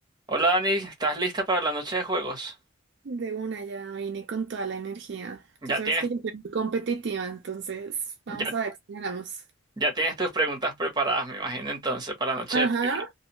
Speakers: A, on the right (about 20°); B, on the right (about 55°).
A: Hola Dani, ¿estás lista para la noche de juegos?
B: De una ya vine con toda la energía.
A: Ya
B: Tú sabes
A: tienes,
B: que yo soy muy competitiva, entonces vamos
A: ya,
B: a ver si ganamos.
A: ya tienes tus preguntas preparadas, me imagino entonces, para la noche
B: Ajá,
A: de trivia.